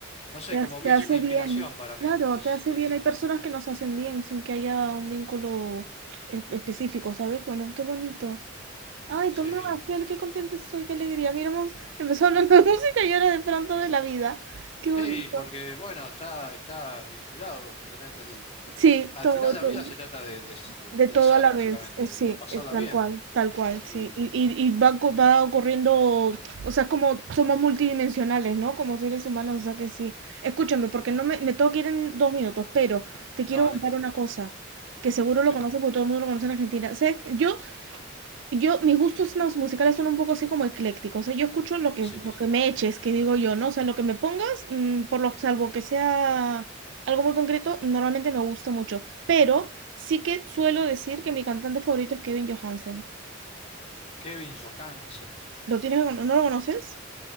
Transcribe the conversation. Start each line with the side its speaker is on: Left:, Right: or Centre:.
Left: no sé,
Right: Te, ha-
Left: como que
Right: te hace
Left: es una inspiración
Right: bien,
Left: para
Right: claro,
Left: mí. Es,
Right: te hace
Left: es,
Right: bien. Hay personas que nos hacen bien sin que haya un vínculo es- específico, ¿sabes? Bueno, qué bonito. Ay,
Left: sí.
Right: Tomás, qué, qué contenta estoy, qué alegría. Mira, hemos empezado <laughs> hablando de música y ahora de pronto de la vida. Qué bonito.
Left: Sí, porque bueno, está, está vinculado tener... el-
Right: Sí,
Left: al
Right: todo,
Left: final la
Right: todo.
Left: vida se trata de, de- de
Right: De
Left: placer,
Right: todo a la
Left: básicamente,
Right: vez, eh,
Left: de
Right: sí,
Left: de pasarla
Right: es tal
Left: bien.
Right: cual, tal cual,
Left: Y...
Right: sí. Y, y, y va, co- va ocurriendo, o sea, como somos multidimensionales, ¿no? Como seres humanos, o sea que sí. Escúchame, porque no me, me tengo que ir en dos minutos, pero te quiero
Left: No,
Right: contar
Left: no hay problema.
Right: una cosa, que seguro
Left: ¿Qué
Right: lo conoces
Left: pasó?
Right: porque todo el mundo lo conoce en Argentina. ¿Sabes? Yo yo mis gustos más musicales son un poco así como eclécticos, o sea, yo escucho lo que
Left: Sí,
Right: lo
Left: sí.
Right: que me eches, que digo yo, ¿no? O sea, lo que me pongas, mm, por lo salvo que sea algo muy concreto, normalmente me gusta mucho, pero sí que suelo decir que mi cantante favorito es Kevin Johansen.
Left: Kevin Johansen.
Right: ¿Lo tienes, no no lo conoces?